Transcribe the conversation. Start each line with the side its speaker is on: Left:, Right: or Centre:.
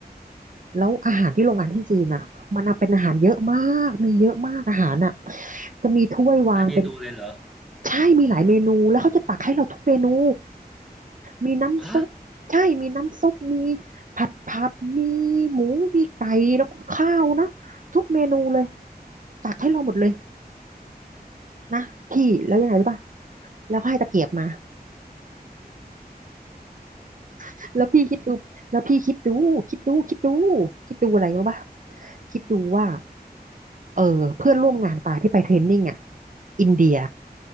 Right: แล้วอาหารที่โรงงานที่จีนอ่ะมันอะเป็นอาหารเยอะมากมีเยอะมากอาหารอ่ะจะมีถ้วยวางเป็น
Centre: หลายเมนูเลยเหรอ
Right: ใช่มีหลายเมนูแล้วเขาจะตักให้เราทุกเมนูมีน้ำซุปใช่มีน้ำซุปมี
Centre: <laughs> ฮะ
Right: ผัดผักมีหมูมีไก่แล้วก็ข้าวนะทุกเมนูเลยตักให้เราหมดเลยนะพี่แล้วยังไงรู้ป่ะแล้วก็ให้ตะเกียบมา <laughs> แล้วพี่คิดดูแล้วพี่คิดดูคิดดูคิดดูคิดดูอะไรรู้ป่ะคิดดูว่า เออเพื่อนร่วมงานปาที่ไปเทรนนิ่งอ่ะอินเดีย